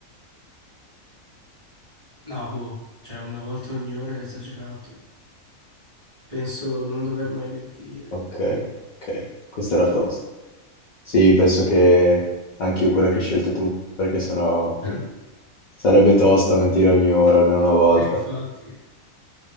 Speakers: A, on the right; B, on the left.
A: No, boh, cioè una volta ogni ora è esagerato. Penso non dover mai mentire.
B: Ok, ok, questa era
A: Tu?
B: tosta. Sì, penso che anche io quella che hai scelto tu, perché sennò
A: <clears throat>
B: sarebbe tosta mentire ogni ora, almeno una volta.
A: Eh, infatti.